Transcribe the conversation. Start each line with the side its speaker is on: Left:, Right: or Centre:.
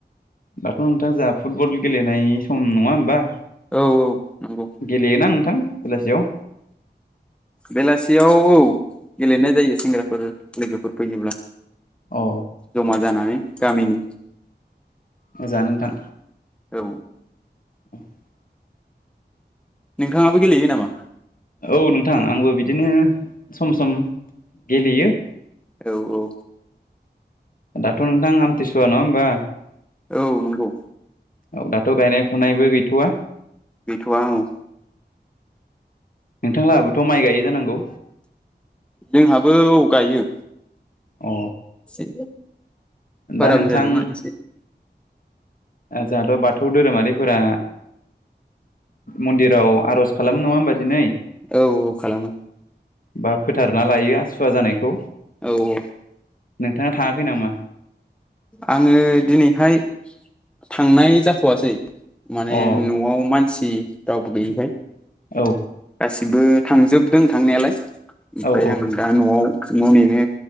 Left: दाथ' नोंथां जाहा फुटबल गेलेनाय सम नङा होमबा
Centre: औ नंगौ
Left: गेलेयोना नोंथां बेलासियाव
Centre: बेलासियाव औ गेलेनाय जायो सेंग्राफोर लोगोफोर फैयोब्ला
Left: अ
Centre: जमा जानानै गामिनि
Left: मोजां नोंथां
Centre: औ
Left: <inaudible>
Centre: नोंथाङाबो गेलेयो नामा?
Left: औ नोंथां आंबो बिदिनो सम सम गेलेयो।
Centre: औ औ
Left: दाथ' नोंथां आमथिसुवा नङा होमबा
Centre: औ नंगौ।
Left: औ दाथ' गायनाय फुनायबो गैथ'वा।
Centre: गैथ'आ औ।
Left: नोंथांलाहाबोथ' माइ गायो जानांगौ
Centre: जोंहाबो औ गायो।
Left: अ
Centre: एसे
Left: दा
Centre: बारा
Left: नोंथां
Centre: बुरजा नङा एसे।
Left: जोंहाथ' बाथौ धोरोमारिफोरा मन्दिराव आर'ज खालामो नङा होमबा दिनै।
Centre: औ औ खालामो
Left: बा फोथारना लायो सुवा जानायखौ।
Centre: औ-औ।
Left: नोंथाङा थाङाखै नामा?
Centre: आङो दिनैहाय थांनाय जाथ'वासै। माने
Left: अ
Centre: न'आव मानसि रावबो गैयैखाय
Left: औ
Centre: गासिबो थांजोबदों थांनायालाय ओमफ्राय
Left: औ औ
Centre: आं दा न'आव न' नेनो